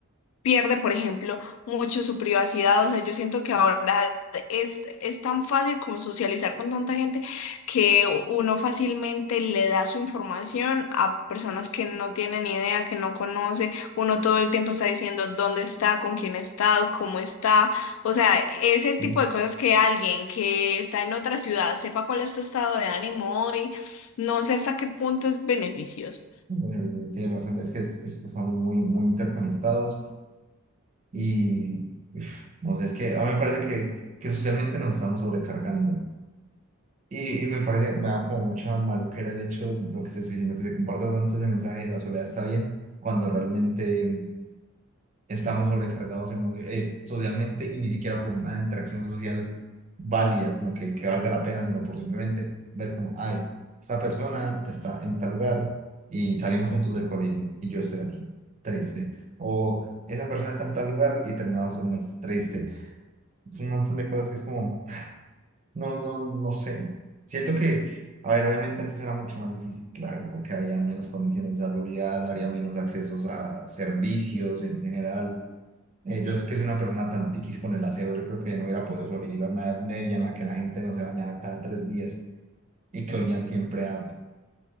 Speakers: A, on the left; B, on the right.
A: pierde, por ejemplo, mucho su privacidad. O sea, yo siento que ahora es, es tan fácil como socializar con tanta gente que uno fácilmente le da su información a personas que no tienen ni idea, que no conoce. Uno todo el tiempo está diciendo dónde está, con quién está, cómo está. O sea, ese tipo
B: no,
A: de cosas que alguien que está en otra ciudad sepa cuál es tu estado de ánimo hoy, no sé hasta qué punto es beneficioso.
B: bueno, tiene razón, es que es- es que estamos muy, muy interconectados y, uf, no sé, es que a mí me parece que, que socialmente nos estamos sobrecargando. Y, y me parece, me da como mucha maluquera el hecho, lo que te estoy diciendo, que se comparta tanto ese mensaje de la soledad está bien, cuando realmente estamos sobrecargados emo- eh, socialmente y ni siquiera por una interacción social válida, como que, que valga la pena, sino por simplemente ver como, ay, esta persona está en tal lugar y salimos juntos del colegio y yo estoy aquí, triste. O esa persona está en tal lugar y terminamos en más, triste. Es un montón de cosas que es como... No, no, no sé. Siento que, a ver, obviamente antes era mucho más difícil, claro, porque había menos condiciones de salubridad, había menos accesos a servicios en general. Eh, yo sé que soy una persona tan tiquis con el aseo, yo creo que no hubiera podido sobrevivir a una edad media en la que la gente no se bañaba cada tres días y que olían siempre a